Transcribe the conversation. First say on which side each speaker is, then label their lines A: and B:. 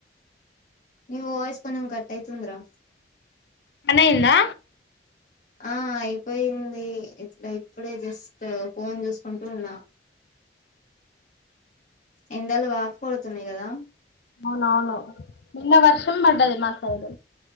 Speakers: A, on the left (about 45°); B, on the left (about 70°).
A: ని వాయిస్ కొంచం కట్ అయితుంది రా
B: పని అయిందా
A: ఆ అయిపోయింది <unintelligible> ఇప్పుడే జస్ట్ ఫోన్ చూసుకుంటూ ఉన్నా ఎండలు బాగ కొడుతున్నాయి కదా
B: అవునవును నిన్న వర్షం పడ్డది మా సైడ్